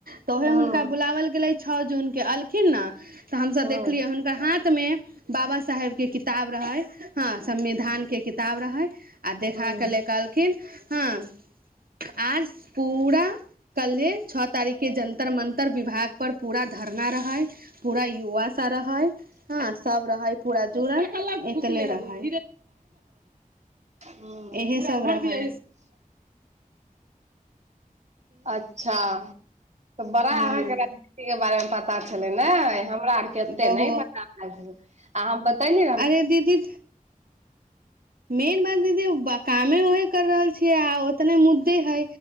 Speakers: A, on the right; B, on the right.
A: त उहे
B: हूँ
A: हुनका बुलावल गेलेय छौ जून के एलखिन ने त हमसब
B: हूँ
A: देखलियै त हाथमे बाबा साहेबके किताब रहै हँ संविधानके किताब रहै आ देखा
B: हूँ
A: के ले कहलखिन हँ <unintelligible> पूरा कल्हे छ तारीखके जंतर मंतर विभाग पर पूरा धरना रहै पूरा युवा सब रहै हँ सब रहै पूरा जुड़ल एतने रहै।
B: हूँ
A: एही सब रहै।
B: अच्छा त बड़ा
A: हँ
B: अहाँके राजनीतिके बारेमें पता पता छलै ने, हमरा आर के ओते
A: बहु
B: नहि पता छल, आ हम बतली
A: अरे दीदी! मेन बात दीदी कामे ओहे कर रहल छियै अहाँ ओ इतने मुद्दे है